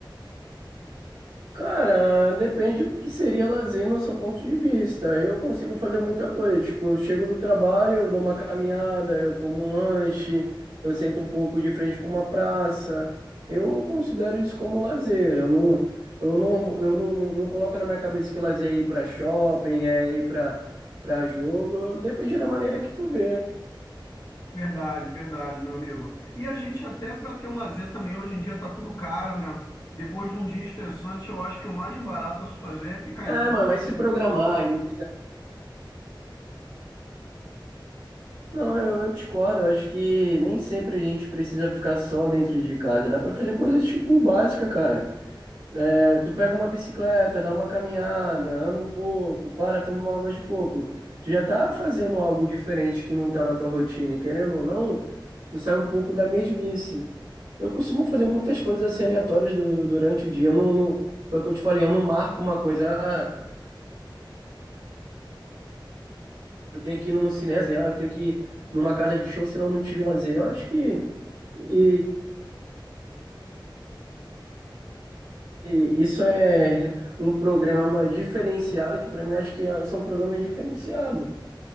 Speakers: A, on the right; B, on the left.
A: Cara, depende do que seria lazer no seu ponto de vista. Eu consigo fazer muita coisa. Tipo, eu chego do trabalho, eu dou uma caminhada, eu como um lanche, eu sento um pouco de frente para uma praça. Eu considero isso como lazer. Eu não, eu não, eu não, não, não coloco na minha cabeça que lazer é ir para shopping, é ir para para jogo. Depende da maneira que tu vê.
B: Verdade, verdade, meu amigo. E a gente até para ter um lazer também, hoje em dia tá tudo caro, né? Depois de um dia estressante, eu acho que o mais barato a se fazer é ficar
A: É,
B: em casa
A: mano, mas se programar,
B: pensando.
A: e Não, eu, eu discordo. Eu acho que nem sempre a gente precisa ficar só dentro de casa. Dá pra fazer coisas tipo básica, cara. É, tu pega uma bicicleta, dá uma caminhada, anda um pouco, para, toma uma água de coco. Tu já tá fazendo algo diferente que não tá na tua rotina. E querendo ou não, tu sai um pouco da mesmice. Eu costumo fazer muitas coisas assim aleatórias du- durante o dia. Eu não, não, foi o que eu te falei, eu não marco uma coisa. ah, eu tenho que ir no cinema, ah, eu tenho que ir numa casa de show, senão eu não tive lazer. Eu acho que e- e isso é um programa diferenciado, que para mim acho que é- são programas diferenciados.